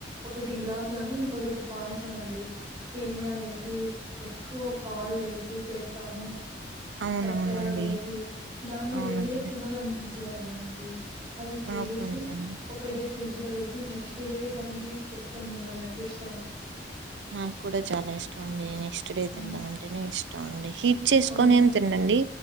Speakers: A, on the right; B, on the right.
A: ఒకటి గులాబ్జామున్ ఇంకొకటి పాయసం అండి సేమియా వేసి ఎక్కువ పాలు వేసి చేస్తాము
B: అవునవునండి
A: చక్కర వేసి దాన్ని
B: అవునండి
A: వేడిగా తినాలనిపించదండి నాకి అది చేసి
B: నాకు అంతే అండి
A: ఒక డే ఫ్రిడ్జ్ లో పెట్టి నెక్స్ట్ డే దాన్ని హీట్ చేసుకొని దినాలంటే ఇష్
B: నాకు కూడా చాలా ఇష్టం అండి నెక్స్ట్ డే
A: హ్మ్.
B: తినమంటేనే ఇష్టం అండి హిట్ చేసుకొనేం
A: అవునండి.
B: తిన నండి